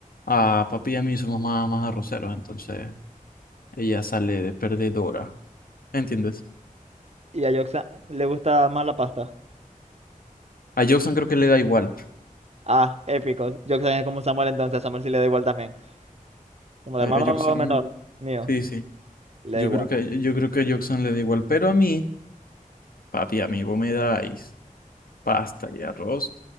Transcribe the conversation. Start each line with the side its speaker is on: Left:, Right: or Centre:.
Left: a papi y a mí somos más, más arroceros, entonces. Ella sale de perdedora. ¿Entiendes?
Right: y a Yoxa le gusta más la pasta.
Left: A Jackson creo que le da igual.
Right: Ah, épico. Yoxa es como Samuel entonces. A Samuel sí le da igual también. Como el
Left: A,
Right: hermano
Left: a Jackson,
Right: menor mío,
Left: sí, sí.
Right: le
Left: Yo
Right: da igual.
Left: creo que, yo creo que a Jackson le da igual. Pero a mí, papi, a mí vos me dais pasta y arroz